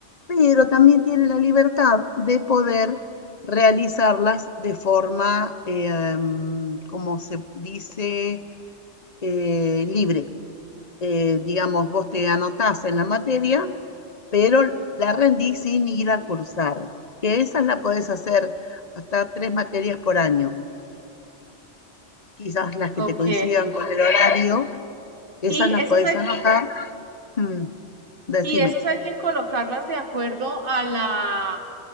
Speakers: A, on the left (about 40°); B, on the right (about 50°).
A: pero también tiene la libertad de poder realizarlas de forma, eh, como se dice, eh, libre. Eh, digamos, vos te anotás en la materia, pero la rendís sin ir a cursar, que esas la podés hacer hasta tres materias por año, quizás las que
B: Ok.
A: te coincidan con el horario Esas
B: Y
A: las
B: esas
A: podés
B: hay,
A: anotar. Mm, Decime.
B: y esas hay que colocarlas de acuerdo a la,